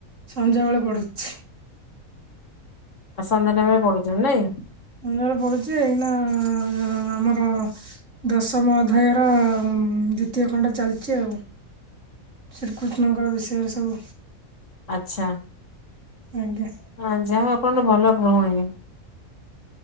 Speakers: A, on the right; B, on the left.
A: ସଞ୍ଜ ବେଳେ ପଢୁଛି।
B: ଆଉ ସନ୍ଧ୍ୟା ଟାଇମରେ ପଢୁଚ ନାଇଁ?
A: ସନ୍ଧ୍ୟାବେଳେ ପଡୁଛି ଏଇନା ଆମର ଦଶମ ଅଧ୍ୟାୟର ଦ୍ଵିତୀୟ ଖଣ୍ଡ ଚାଲିଛି ଆଉ। ଶ୍ରୀକୃଷ୍ଣଙ୍କ ବିଷୟରେ ସବୁ
B: ଆଚ୍ଛା।
A: ଆଜ୍ଞା।
B: ହଁ ଯାହା ହଉ ଆପଣଙ୍କ ଭଲ ଗୃହଣୀ।